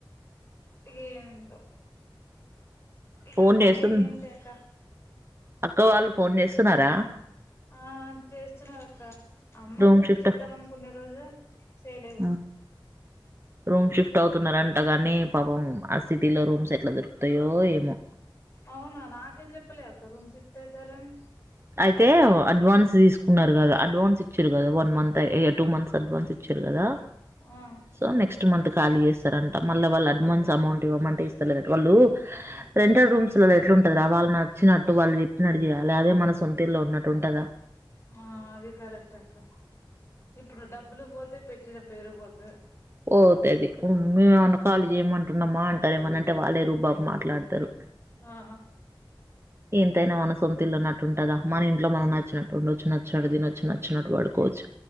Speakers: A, on the left; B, on the right.
A: ఏందో ఇక్కడ
B: ఫోన్
A: పన్న
B: జేస్తున్
A: ఏం ఉంటాయక్క
B: అక్క వాళ్ళు ఫోన్ చేస్తున్నారా
A: ఆ చేస్తున్నారక్క అమ్మకు
B: రూమ్ షిఫ్ట్
A: చేద్దామనికొనే రోజు చేయలేదు
B: ఆ! రూమ్ షిఫ్ట్ అవుతున్నారంట గానీ పాపం ఆ సిటీలో రూమ్స్ ఎట్లా దొరుకుతాయో ఏమో
A: అవునా నాకేం చెప్పలే అక్క రూమ్ సిఫ్ట్ అయితారని
B: అయితే అడ్వాన్స్ తీసుకున్నారు కదా అడ్వాన్స్ ఇచ్చిరు కదా one month two months advance ఇచ్చిర్రు కదా
A: ఆ
B: సో నెక్స్ట్ మంత్ కాలి చేస్తారంట మళ్ళ వాళ్ళు అడ్వాన్స్ అమౌంట్ ఇవ్వమంటే ఇస్తాలేదంట వాళ్ళు రెంటెడ్ రూమ్స్లలో ఎట్లు ఉంటది రా వాళ్ళ నా వచ్చినట్టు వాళ్ళ చెప్పినట్టుచేయాలి అదే మనసు సొంతీల్లో ఉన్నట్టుంటందా
A: ఆ అది కరెక్ట్ అక్క ఇప్పుడు డబ్బులు పోతే పెట్టిన పేరు పోతది
B: పోతది మేమెమన్నా కాలీ చేయమంటున్నామా అంటారు ఏమనంటే వాళ్ళే రుబాబు మాట్లాడతారు
A: ఆ
B: ఎంతైనా మన సొంతిల్ల్లో ఉన్నట్టుంటదా మన ఇంట్లో మనం నచ్చినట్టు ఉండొచ్చు నచ్చినట్టు దీని వచ్చి నచ్చినట్టు పడుకోవచ్చు